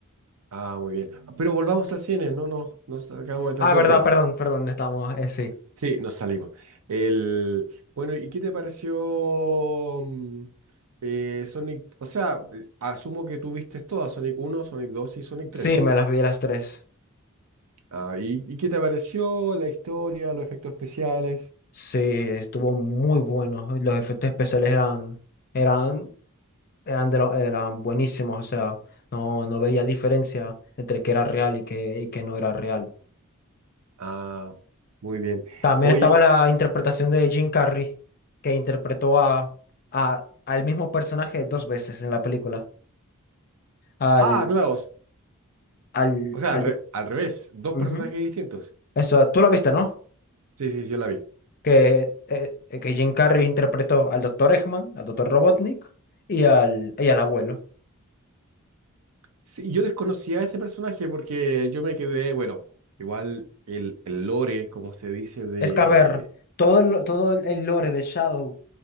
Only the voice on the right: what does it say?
Ah, muy bien. Pero volvamos al cine, no nos no sacamos de tanto
el tema.
Sí, nos salimos. El, bueno, ¿y qué te pareció mm, eh, Sonic? O sea, eh, asumo que tú viste todas, Sonic uno, Sonic 2 y Sonic 3.
Ah, ¿y, y qué te pareció la historia, los efectos especiales?
Ah, muy bien.
Oye,
ah, claro, o s-
o sea,
al, re-
al revés, dos
personajes distintos.
Sí, sí, yo la vi.
Sí, yo desconocía a ese personaje porque yo me quedé, bueno, igual el, el lore, como se dice, de...